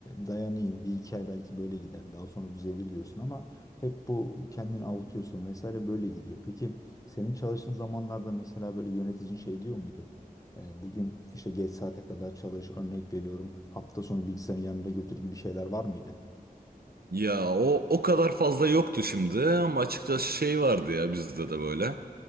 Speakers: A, on the left; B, on the right.
A: dayanayım bir iki ay belki böyle gider daha sonra düzelir diyorsun ama hep bu kendini avutuyorsun vesaire böyle gidiyor. Peki senin çalıştığın zamanlarda mesela böyle yöneticin şey diyor muydu? E, bugün işte geç saate kadar çalış örnek veriyorum hafta sonu bilgisayarın yanında götür gibi şeyler var mıydı?
B: Ya o o kadar fazla yoktu şimdi ama açıkçası şey vardı ya bizde de böyle.